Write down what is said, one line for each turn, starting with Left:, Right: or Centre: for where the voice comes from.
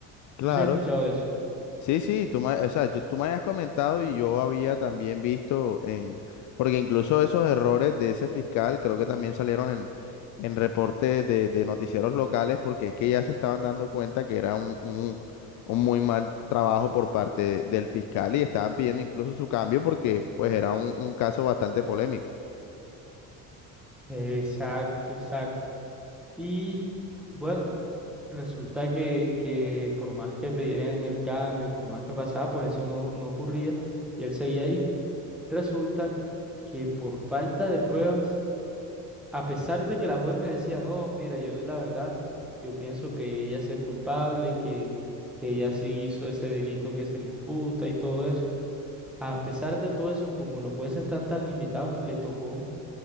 Left: claro.
Centre: ¿Tú sí has escuchado de eso?
Left: Sí, sí, tú me, o sea, yo- tú me habías comentado y yo había también visto en, porque incluso esos errores de ese fiscal creo que también salieron en, en reportes de, de noticieros locales porque es que ya se estaban dando cuenta que era un, un, un muy mal trabajo por parte de- del fiscal y estaban pidiendo incluso su cambio porque pues era un, un caso bastante polémico.
Centre: Exacto, exacto. Y bueno, resulta que, que por más que pidieran el cambio, por más que pasaba, pues eso no, no ocurría y él seguía ahí. Resulta que por falta de pruebas A pesar de que la juez me decía, no, mira, yo la verdad, yo pienso que ella sí es culpable, que, que ella sí hizo ese delito que se le imputa y todo eso. A pesar de todo eso, como los jueces están tan limitados, le tocó